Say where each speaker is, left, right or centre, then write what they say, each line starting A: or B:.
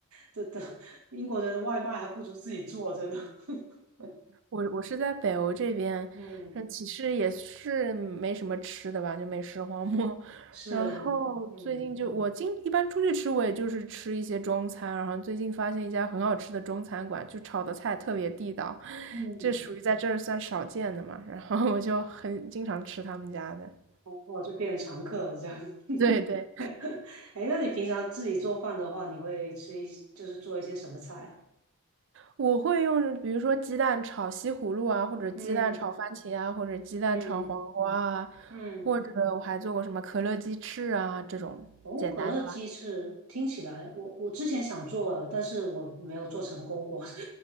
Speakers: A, on the right (about 85°); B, on the right (about 55°).
A: 的的英国人的外卖还不如自己做，真的。<laughs>
B: 我我是在北欧这边，
A: 嗯，
B: 嗯，其实也是没什么吃的吧，就美食荒漠。
A: 是，
B: 然后最近就我经一般出去吃，
A: 嗯
B: 我也就是吃一些中餐。然后最近发现一家很好吃的中餐馆，就炒的菜特别地道，
A: 嗯，
B: 这属于在这儿算少见的嘛。然后我就很经常吃他们家的。<laughs>
A: 然后就变成常客了这样。<laughs>
B: 对对，
A: 哎，那你平常自己做饭的话，你会吃一就是做一些什么菜啊？
B: 我会用，比如说鸡蛋炒西葫芦啊，或者鸡蛋炒番茄啊，
A: 嗯
B: 或者鸡蛋炒黄瓜啊，
A: 嗯嗯，
B: 或者我还做过什么可乐鸡翅啊这种简单的吧。
A: 哦，可乐鸡翅听起来，我我之前想做了，但是我没有做成功过。